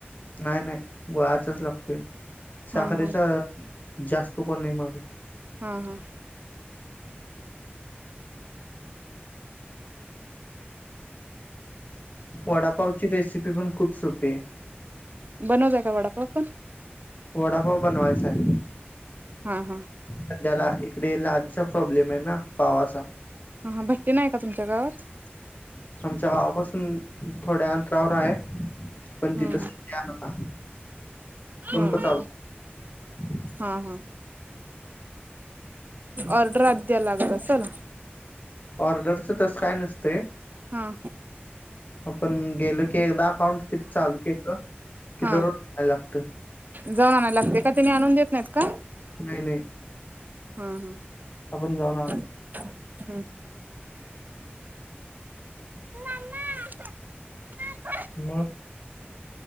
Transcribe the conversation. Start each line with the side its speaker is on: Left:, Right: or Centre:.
Left: नाही नाही गुळाचाच लागतोय, साखरेचा
Right: हा हा
Left: जास्त कोण नाही मागत.
Right: हा हा.
Left: वडापावची रेसिपी पण खूप सोपी ये
Right: बनवताय का वडापाव पण?
Left: वडापाव बनवायचाय.
Right: हा हा
Left: पण त्याला इकडे लादीचा प्रॉब्लेम आहे ना पावाचा.
Right: हा हा भट्टी नाहीये का तुमच्या गावात?
Left: आमच्या गावापासून थोड्या अंतरावर आहे. पण
Right: हा
Left: तिथ सध्या आता
Right: हा
Left: संप
Right: हा
Left: चालू
Right: हा हा हा. ऑर्डर आदी द्यायला लागत असल.
Left: ऑर्डरच तस काय नसतय.
Right: हा
Left: आपण गेलो की एकदा पाउंड तिथं चालू केलं. की
Right: हा
Left: दररोज जायला लागतं
Right: जाऊन आणायला लागतय का त्यानी आणून देत नाहीत का?
Left: नाही नाही
Right: हम्म
Left: आपण जाऊन आणू
Right: हम्म <inaudible> हम्म <inaudible>
Left: मग